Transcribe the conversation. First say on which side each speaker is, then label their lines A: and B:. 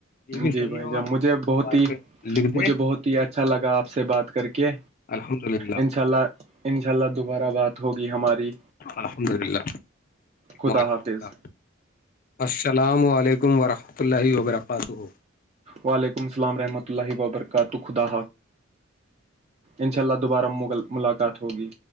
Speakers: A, on the left; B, on the right.
A: یہ بھی
B: جی
A: صحیح
B: بھائی
A: ہے
B: جان
A: اگر دیوار
B: مجھے بہت ہی
A: پہ لکھ دیں
B: مجھے بہت ہی اچھا لگا آپ سے بات کر کے
A: الحمد للہ
B: انشاء اللہ انشاء اللہ دوبارہ بات ہوگی ہماری
A: الحمد للہ
B: خدا
A: ماشاء
B: حافظ
A: اللہ السلام علیکم ورحمۃ اللہ وبرکاتہ
B: وعلیکم السلام رحمۃ اللہ وبرکاتہ خدا انشاء اللہ دوبارہ مغل ملاقات ہوگی